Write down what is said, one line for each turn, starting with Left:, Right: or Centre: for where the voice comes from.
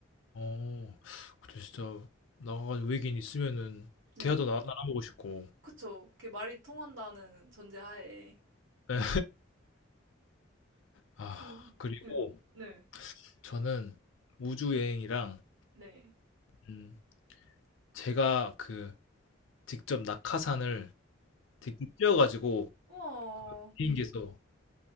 Left: 어, 그때 진짜 나가가지고 외계인 있으면은
Right: 네.
Left: 대화도 나, 나눠보고 싶고.
Right: 그쵸. 그게 말이 통한다는 전제하에.
Left: 네. 아,
Right: 근,
Left: 그리고
Right: 네, 네,
Left: 저는 우주 여행이랑
Right: 네.
Left: 음, 제가 그 직접 낙하산을 직접 뛰어가지고
Right: 우와,
Left: 비행기에서